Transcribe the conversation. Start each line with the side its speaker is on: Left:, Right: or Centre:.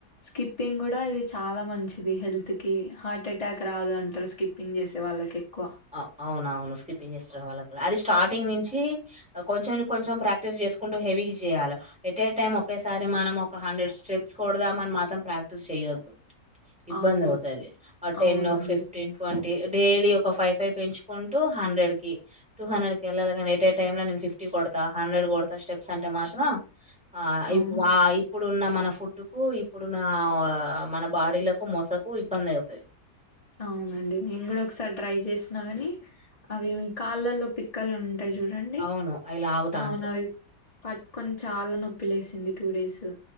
Left: స్కిప్పింగ్ కూడా ఇది చాలా మంచిది హెల్త్ కి హార్ట్ అటాక్ రాదు అంట్ టరు స్కిప్పింగ్ చేసే వాళ్ళకి ఎక్కువ
Centre: అ అవునవును స్కిప్పింగ్ చేస్త్ర వాళ్ళకి కూడా అది స్టార్టింగ్ నుంచి టీ కొంచం కొంచం ప్రాక్టీస్ చేసుకుంటు హెవీగిసచేయాలి ఎట్ ఎ టైం ఒకేసారి మనం ఒక హ హండ్రెడ్ స్టెప్స్ కొడదామని మాత్రం ప్రాక్టీస్ చేయొద్దు ఇబ్బంది
Left: అవును
Centre: అవుతాది ఆ టెన్
Left: అవునండి
Centre: ఫిఫ్టీన్ ట్వంటీ డైలీ ఒక ఫైవ్ ఫైవ్ పెంచుకుంటూ హండ్రెడ్ కి టూ హండ్రెడ్ కి వెళ్ళాలగనీ ఎట్ ఏ టైమ్ లో నేను ఫిఫ్టీ కొడతా హండ్రెడ్ కొడతా స్టెప్స్ అంటే మాత్రం ఆ
Left: అవును
Centre: ఇప్ ఆ ఇప్పుడు ఇప్పుడున్న మన ఫుడ్కు ఇప్పుడున్న అ మన బాడీలకు మొసకు ఇబ్బంది అవుతది
Left: అవునండి నేను కూడా ఒకసారి ట్రై చేసిన గాని అవి కాళ్ళల్లో పిక్కలు ఉం టాయి చూడండి
Centre: అవును అవి లాగుతా
Left: అవునవి
Centre: అంటే
Left: పట్టుకొన్ చాలా నొప్పి లేసింది టూ డేస్